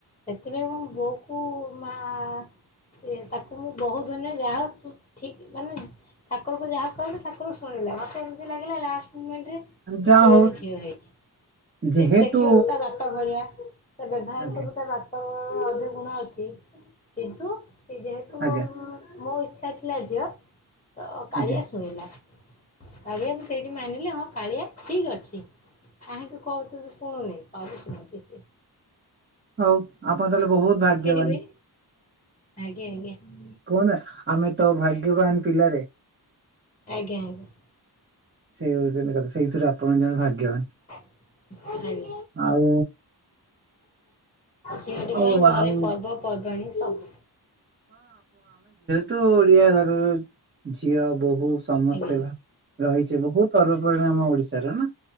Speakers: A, on the left; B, on the right.
A: ସେଥିପାଇଁ ମୁଁ ବୋଉକୁ ମା ସେ ତାକୁ ମୁଁ ବହୁତ ଦିନି ଯାହା ହୁ ଠିକ ମାନେ ଠାକୁରଙ୍କୁ ଯାହା କହେ ଠାକୁର ଶୁଣିଲା ମୋତେ ଏମିତି ଲାଗିଲା ଲାଷ୍ଟ ରେ ସେ
B: ଯାହା
A: ପୁଅ
B: ହଉ
A: ର ଝିଅ ହେଇଛି
B: ଯେହେତୁ
A: ସେ ଦେଖିବାକୁ ତା ବାପା ଭଳିଆ ତା ବ୍ୟବହାର
B: ଆଜ୍ଞା
A: ସବୁ ତା ବାପା ଅଧିକ ଗୁଣ ଅଛି କିନ୍ତୁ ସେ ଯେହେତୁ ମୋ
B: ଆଜ୍ଞା
A: ମୋ ଇଚ୍ଛା ଥିଲା ଝିଅ ତ କାଳିଆ
B: ଆଜ୍ଞା
A: ଶୁଣିଲା। କାଳିଆ ମୁଁ ସେଇଠି ମାନିଲି ହଁ କାଳିଆ ଠିକ ଅଛି। କାହାକୁ କହୁଚୁ ତୁ ଶୁଣୁନି ସବୁ ଶୁଣୁଛି ସେ
B: ହଉ ଆପଣ ତାହେଲେ ବହୁତ ଭାଗ୍ୟବାନ।
A: ହୁଏ ଆଜ୍ଞା ଆଜ୍ଞା। ଆଜ୍ଞା।
B: କୁହନ ଆମେ ତ ଭାଗ୍ୟବାନ ପିଲାରେ।
A: ଆଜ୍ଞା ଆଜ୍ଞା।
B: ସେ ହଉଛନ୍ତି କଥା ସେଇଥିରୁ ଆପଣ ଜଣେ ଭାଗ୍ୟବାନ।
A: ଆଜ୍ଞା।
B: ଆଉ
A: ଝିଅଟି ପାଇଁ
B: ଆଉ
A: ଘରେ
B: ଆଉ
A: ପର୍ବପର୍ବାଣି ସବୁ
B: ତୁ ଓଡିଆ ଘରର ଝିଅ ବୋହୂ ସମସ୍ତେବା।
A: ଆଜ୍ଞା।
B: ରହିଛି ବହୁତ ପର୍ବପର୍ବାଣି ଆମ ଓଡିଶାର ନା।